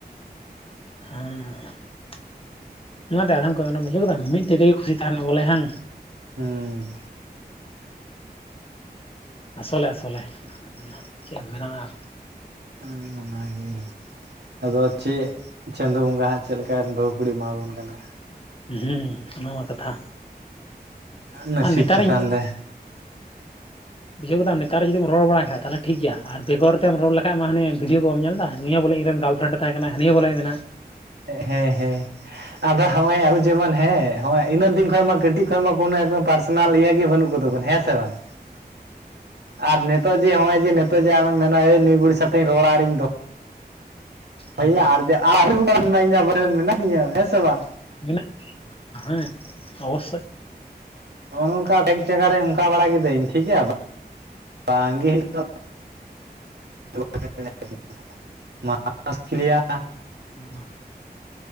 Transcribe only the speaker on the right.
ᱦᱩᱸ᱾
ᱩᱸ ᱚᱱᱟᱜᱮ ᱟᱫᱚ ᱪᱮᱫ ᱪᱟᱸᱫᱚ ᱵᱚᱸᱜᱟ ᱦᱟᱸᱜ ᱪᱮᱫ ᱞᱮᱠᱟᱱ ᱵᱟᱹᱦᱩ ᱠᱩᱲᱤ ᱮᱢᱟ ᱵᱚᱱ ᱠᱟᱱᱟ᱾
ᱱᱟᱥᱤᱵ
ᱪᱤᱛᱟᱱ ᱨᱮ᱾
ᱦᱮᱸ ᱦᱮᱸ ᱟᱫᱚ ᱦᱚᱜ ᱚᱭ ᱟᱵᱚ ᱡᱮᱢᱚᱱ ᱦᱮᱸ᱾ ᱦᱚᱭ ᱤᱱᱟᱹᱜ ᱫᱤᱱ ᱠᱷᱚᱡ ᱢᱟ ᱠᱟᱹᱴᱤᱡ ᱠᱷᱚᱡ ᱢᱟ ᱠᱚᱱᱚ ᱮᱠᱫᱚᱢ ᱯᱟᱨᱥᱚᱱᱟᱞ ᱤᱭᱟᱹ ᱜᱮ ᱵᱟᱹᱱᱩᱜ ᱠᱚᱫ ᱛᱚᱵᱚᱱ ᱦᱮᱸ ᱥᱮ ᱵᱟᱝ ᱟᱨ ᱱᱮ ᱛᱚ ᱡᱮ ᱚᱭ ᱡᱮ ᱱᱤᱛᱚᱜ ᱡᱮ ᱟᱢᱮᱢ ᱢᱮᱱᱟ ᱦᱟᱹᱭ ᱱᱩᱭ ᱠᱩᱲᱤ ᱥᱟᱶᱛᱤᱧ ᱨᱚᱲᱟ ᱟᱨᱤᱧ ᱫᱚ <unintelligible>
ᱱᱚᱜᱼᱚ ᱱᱚᱝᱠᱟ ᱮᱠ ᱡᱟᱜᱟ ᱨᱮ ᱚᱱᱠᱟ ᱵᱟᱲᱟ ᱠᱤᱫᱟᱹᱧ ᱴᱷᱤᱠ ᱜᱮᱭᱟ ᱵᱟᱝᱜᱮ ᱦᱩᱭᱩᱜ <unintelligible> <unintelligible> ᱢᱟᱥ ᱠᱷᱤᱞᱤᱭᱟ᱾